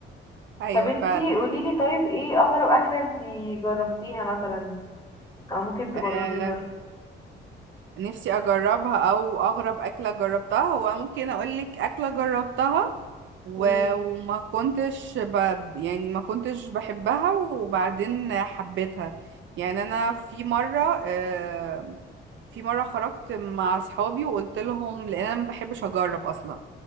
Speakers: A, on the right (about 70°); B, on the left (about 20°).
A: ايوه
B: طب انتي
A: فعلا
B: قوليلي طيب ايه اغرب اكلة انتي جربتيها مثلا او ممكن تجربيها
A: آه، نفسي اجربها او اغرب اكله جربتها هو ممكن اقولك اكله جربتها و-
B: مم.
A: وما كنتش ب... يعني ما كنتش بحبها وبعدين حبيتها يعني انا في مره آه، في مره خرجت مع اصحابي وقلت لهم لان انا ما بحبش اجرب اصلا